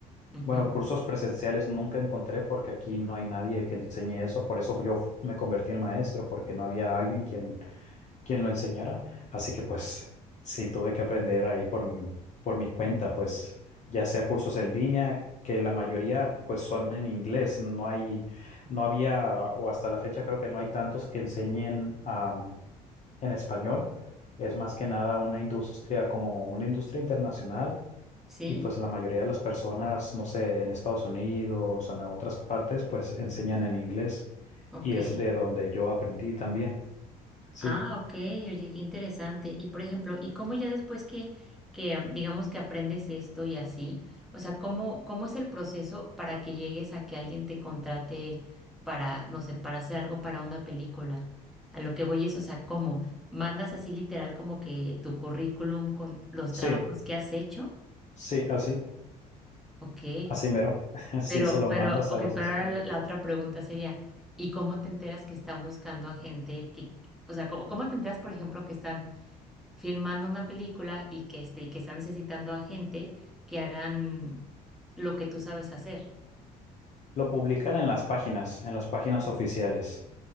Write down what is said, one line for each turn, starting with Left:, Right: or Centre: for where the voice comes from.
Centre: Ujú.
Left: Bueno, cursos presenciales nunca encontré porque aquí no hay nadie que enseñe eso, por eso yo me convertí en maestro, porque no había alguien quien quien lo enseñara. Así que pues sí, tuve que aprender ahí por, mi- por mi cuenta, pues ya sea cursos en línea, que la mayoría pues son en inglés, no hay, no había, o hasta la fecha creo que no hay tantos que enseñen am, en español. Es más que nada una industria como una industria internacional
Centre: Sí,
Left: y pues la mayoría de las personas, no sé, en Estados Unidos o en otras partes, pues enseñan en inglés
Centre: ok.
Left: y es de donde yo aprendí también. Sí,
Centre: Ah, ok, oye, qué interesante. Y por ejemplo, ¿y cómo ya después que, que am, digamos que aprendes esto y así? O sea, ¿cómo, cómo es el proceso para que llegues a que alguien te contrate para, no sé, para hacer algo para una película? A lo que voy es, o sea, ¿cómo? ¿Mandas así literal como que tu currículum con los
Left: sí.
Centre: trabajos que has hecho?
Left: Sí, así,
Centre: Ok.
Left: así mero. <laughs> Sí,
Centre: Pero,
Left: se los
Centre: pero,
Left: mandas
Centre: ok,
Left: a los
Centre: pero
Left: estudios.
Centre: ahora la la otra pregunta sería, ¿y cómo te enteras que están buscando a gente que, o sea, cómo, cómo te enteras, por ejemplo, que están filmando una película y que, este, y que están necesitando a gente que hagan lo que tú sabes hacer?
Left: Lo publican en las páginas, en las páginas oficiales.